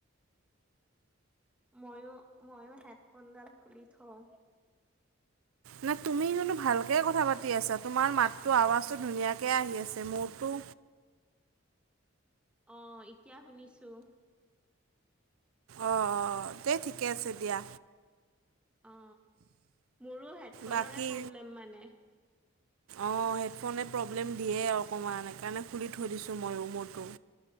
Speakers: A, in the centre; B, on the right (about 85°).
A: মইও ময়ো হেডফোনডাল খুলি থওঁ
B: নে তুমি কিন্তো ভালকৈ কথা পাতি আছা তোমাৰ মাতটো আৱাজটো
A: এতি
B: ধুনীয়াকৈ আহি আছে মোৰতো
A: অ এতিয়া শুনিছোঁ
B: অঁ অঁ তে ঠিকে আছে দিয়া
A: অ মোৰো হেডফোনৰে
B: বাকী
A: প্ৰব্লেম মানে
B: অঁ হেডফোনে প্ৰব্লেম দিয়ে আৰু অকণমান সেইকাৰণে খুলি থৈ দিছোঁ ময়ো মোৰটো